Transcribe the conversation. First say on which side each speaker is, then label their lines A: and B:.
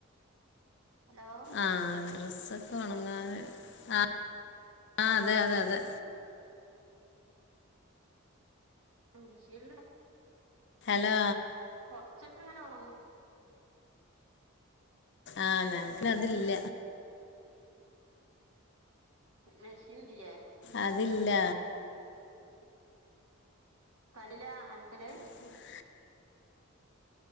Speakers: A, on the right (about 85°); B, on the left (about 60°).
A: ഹലോ
B: ആഹ് ഡ്രസ്സൊക്കെ ഉണങ്ങാന് ആഹ് ആഹ് അതെ അതെ അതെ
A: ഉം മിഷീണിട
B: ഹലോ
A: കൊറച്ചൊക്കെങ്ങനെ ഉണങ്ങും
B: ആഹ് നക്ക് അതില്ല
A: മെഷീണ്ടില്ലേ
B: അതില്ല
A: കല്ലില ആൽക്കലേ
B: <inaudible>